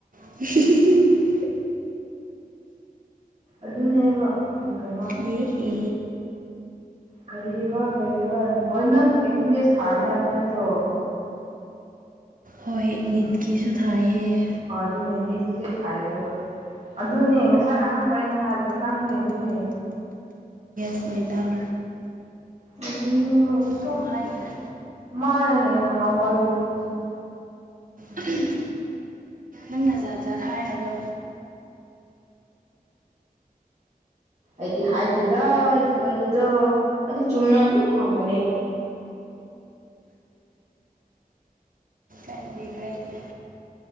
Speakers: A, on the right; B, on the right.
A: <unintelligible>
B: ꯑꯗꯨꯅꯦꯕ ꯎꯝ ꯀꯩꯅꯣ
A: ꯃꯍꯦ
B: ꯀꯔꯤꯕ ꯀꯔꯤꯕ ꯍꯣꯏ ꯅꯪ ꯑꯦꯝ ꯕꯤ ꯕꯤ ꯑꯦꯁ ꯊꯥꯔꯝꯃꯦ ꯍꯥꯏꯕ ꯅꯠꯇ꯭ꯔꯣ
A: ꯍꯣꯏ ꯅꯤꯠꯀꯤꯁꯨ ꯊꯥꯏꯌꯦ
B: ꯑꯣ ꯑꯗꯨ ꯅꯅꯤꯠ ꯊꯥꯏꯌꯦꯕꯣ ꯑꯗꯨꯅꯦ ꯉꯁꯥꯏ ꯑꯍꯥꯟꯕ ꯑꯩꯅ ꯍꯥꯏꯕꯗꯣ ꯅꯪꯅꯦ ꯑꯗꯨꯅꯦ
A: ꯁ ꯃꯦꯗꯥꯝ
B: ꯑꯗꯨꯅꯦꯕ ꯁ
A: ꯑꯗꯨꯝ ꯍꯥꯏꯒꯦꯗ
B: ꯃꯥꯅ ꯍꯦꯟꯅ ꯉꯥꯎꯍꯜꯂꯤ ꯃꯤꯁꯤꯡ
A: ꯎꯝ ꯅꯪ ꯅ ꯖꯥꯔꯗꯖ ꯍꯥꯏꯔꯒ
B: ꯑꯩꯗꯤ ꯍꯥꯏꯗꯦꯗ ꯑꯩꯗꯤ ꯍꯥꯏꯗꯦꯗ ꯑꯩꯗꯤ ꯆꯨꯝꯅ ꯑꯗꯨꯝ ꯍꯪꯕꯅꯦ
A: ꯀꯥꯏꯗꯦ ꯀꯥꯏꯗꯦ